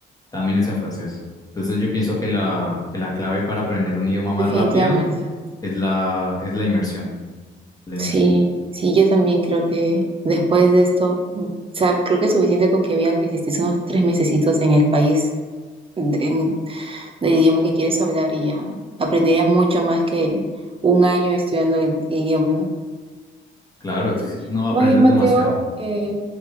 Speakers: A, on the left; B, on the right.
A: también es en francés. Entonces, yo pienso que la, que la clave para aprender un idioma más
B: Definitivamente.
A: rápido es la, es la inmersión la
B: Sí,
A: inmersión.
B: sí, yo también creo que después de esto, mm, o sea, creo que es suficiente con que viajes y estés unos tres mesecitos en el país de- en- del idioma que quieres hablar y ya aprenderías mucho más que un año estudiando el idioma, ¿no?
A: Claro, es-
B: Sí.
A: no aprendes
B: Más bien, Mateo,
A: demasiado.
B: eh,